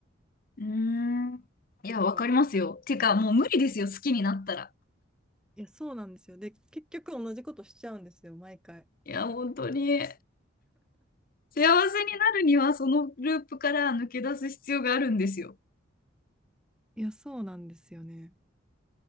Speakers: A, on the left; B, in the centre.
A: うーん。いや、
B: ていうか、
A: わかりますよ。てか、もう無理ですよ、好きになったら。
B: いや、そうなんですよ。で、結局同じことしちゃうんですよ、毎回。
A: いや、本当に。幸せになるには、そのループから抜け出す必要があるんですよ。
B: いや、そうなんですよね。